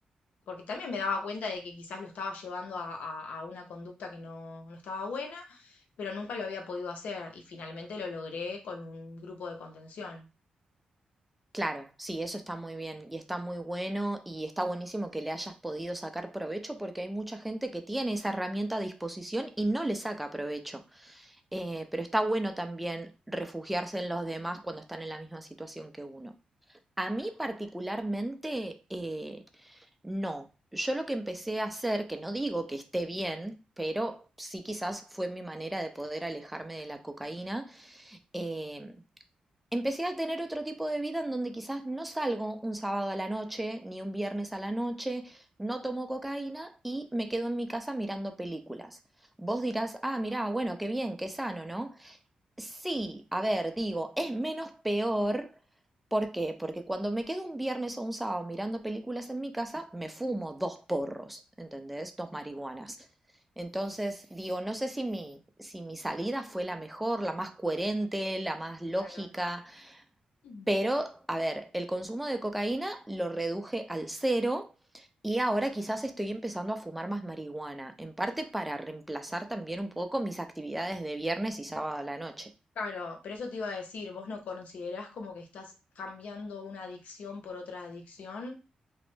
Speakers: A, on the left; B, in the centre.
A: porque también me daba cuenta de que quizás lo estaba llevando a, a- a una conducta que no, no estaba buena, pero nunca lo había podido hacer y finalmente lo logré con un grupo de contención.
B: Claro, sí, eso está muy bien y está muy bueno y está buenísimo que le hayas podido sacar provecho porque hay mucha gente que tiene esa herramienta a disposición y no le saca provecho. Eh, pero está bueno también refugiarse en los demás cuando están en la misma situación que uno. A mí particularmente, eh, no. Yo lo que empecé a hacer, que no digo que esté bien, pero sí quizás fue mi manera de poder alejarme de la cocaína, eh, Empecé a tener otro tipo de vida en donde quizás no salgo un sábado a la noche, ni un viernes a la noche, no tomo cocaína y me quedo en mi casa mirando películas. Vos dirás, ah, mirá, bueno, qué bien, qué sano, ¿no? Sí, a ver, digo, es menos peor. ¿Por qué? Porque cuando me quedo un viernes o un sábado mirando películas en mi casa, me fumo dos porros, ¿entendés? Dos marihuanas. Entonces, digo, no sé si mi, si mi salida fue la mejor, la más coherente, la más lógica,
A: Claro. Mm.
B: pero, a ver, el consumo de cocaína lo reduje al cero y ahora quizás estoy empezando a fumar más marihuana, en parte para reemplazar también un poco mis actividades de viernes y sábado a la noche.
A: Claro, pero eso te iba a decir, ¿vos no considerás como que estás cambiando una adicción por otra adicción?